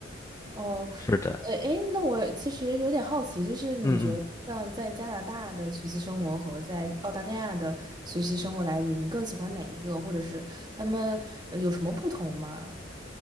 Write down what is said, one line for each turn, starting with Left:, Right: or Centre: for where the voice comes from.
Right: 哦，
Left: 是的，
Right: 呃，诶，那我其实有点好奇，就是你觉得像在加拿大的学习生活和在澳大利亚的学习生活来比，
Left: 嗯嗯。
Right: 你更喜欢哪一个，或者是他们呃有什么不同吗？